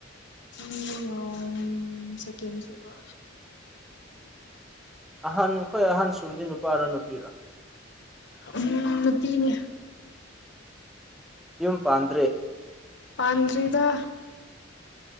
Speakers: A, on the left; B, in the centre.
A: ꯑꯩꯅꯥ ꯁꯦꯀꯦꯟ ꯁꯨꯕ
B: ꯑꯍꯟ ꯈꯣꯏ ꯑꯍꯟꯁꯨꯨꯕꯗꯤ ꯅꯨꯄꯥꯔ ꯅꯨꯄꯤꯔ
A: ꯎꯝ ꯅꯨꯄꯤꯅꯦ
B: ꯌꯨꯝ ꯄꯥꯟꯗ꯭ꯔꯤ
A: ꯄꯥꯟꯗ꯭ꯔꯤꯗ